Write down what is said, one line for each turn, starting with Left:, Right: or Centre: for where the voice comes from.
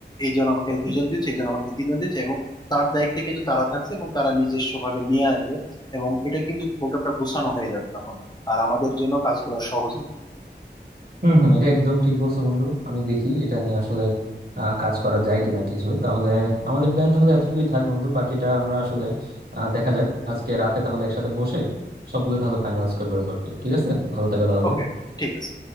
Left: এইজন আমাকে দুজন দিচ্ছে এইজন আমাকে তিনজন দিচ্ছে এবং তার দায়িত্বে কিন্তু তারা থাকছে এবং তারা নিজস্ব ভাবে নিয়ে আসবে এবং এটা কিন্তু প্রোগ্রামটা গোছানো হয়ে যাবে তখন আর আমাদের জন্য কাজগুলো সহজ হবে
Right: হম হম এটা একদম ঠিক বলছো বন্ধু আমি দেখি এটা নিয়ে আসলে আহ, কাজ করা যায় কিনা কিছু তাহলে আমাদের প্ল্যান তাহলে এতটুকুই থাক বন্ধু বাকিটা আমরা আসলে আহ, দেখা যাক আজকে রাতে তাহলে একসাথে বসে সবগুলো তাহলে ফাইনালাইজ করবো এরপর কি। ঠিক আছে ভালো থাকো তাহলে
Left: ওকে ঠিক আছে